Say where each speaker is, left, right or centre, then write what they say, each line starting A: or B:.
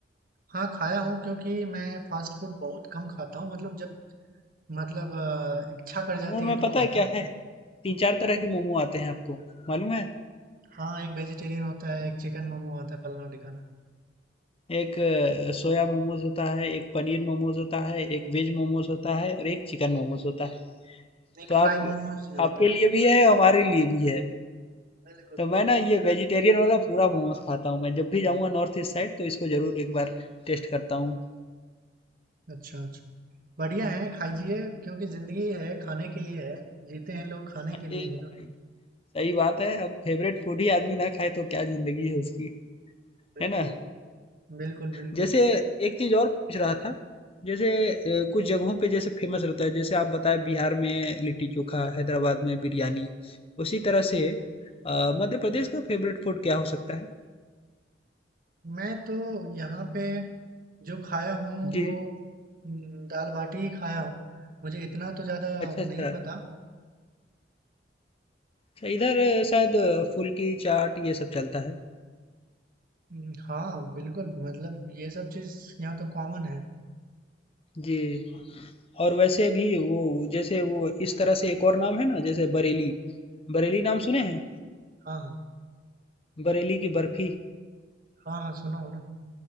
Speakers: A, on the right; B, on the left.
A: हाँ, खाया हूँ क्योंकि मैं फ़ास्ट फूड बहुत कम खाता हूँ मतलब जब मतलब अ, इच्छा कर
B: मोमो
A: जाती
B: में
A: है
B: पता
A: तो खाता
B: है क्या
A: हूँ।
B: है तीन चार तरह के मोमो आते हैं आपको मालूम है
A: हाँ, एक वेजिटेरियन होता है, एक चिकन मोमो आता है फलाना-ढिकाना,
B: एक अ, सोया मोमोज होता है एक पनीर मोमोज होता है एक वेज मोमोज होता है और एक चिकन मोमोज होता है
A: एक
B: तो
A: फ्राई
B: आप
A: मोमोज़ भी होता
B: आपके
A: है।
B: लिए भी है और हमारे लिए भी है
A: बिल्कुल।
B: तो मैं ना ये वेजिटेरियन वाला पूरा मोमोज खाता हूँ मैं जब भी जाऊँगा नॉर्थ ईस्ट साइड तो इसको जरूर एक बार टेस्ट करता हूँ
A: अच्छा, अच्छा। बढ़िया है, खाइए क्योंकि ज़िंदगी है, खाने के लिए है, जीते हैं लोग खाने के लिए
B: एक
A: ही ना।
B: सही बात है अब फेवरेट फूड ही आदमी ना खाए तो क्या जिंदगी है उसकी
A: बिल्कुल।
B: है ना
A: बिल्कुल, बिल्कुल।
B: जैसे एक चीज और पूछ रहा था जैसे अ, कुछ जगहों पे जैसे फेमस रहता है जैसे आप बताए बिहार में लिट्टी चोखा हैदराबाद में बिरयानी उसी तरह से अ, मध्य प्रदेश का फेवरेट फूड क्या हो सकता है
A: मैं तो यहाँ पे जो खाया हूँ
B: जी
A: वो हम्म, दाल बाटी ही खाया हूँ मुझे इतना तो ज़्यादा
B: अच्छा
A: नहीं
B: अच्छा
A: पता
B: अच्छा इधर अ, शायद अ, फुल्की चाट ये सब चलता है
A: हम्म, हाँ बिल्कुल मतलब ये सब चीज़ यहाँ तो कॉमन है
B: जी और वैसे भी वो जैसे वो इस तरह से एक और नाम है ना जैसे बरेली बरेली नाम सुने हैं
A: हाँ हाँ
B: बरेली की बर्फी
A: हाँ हाँ सुना हूँ ना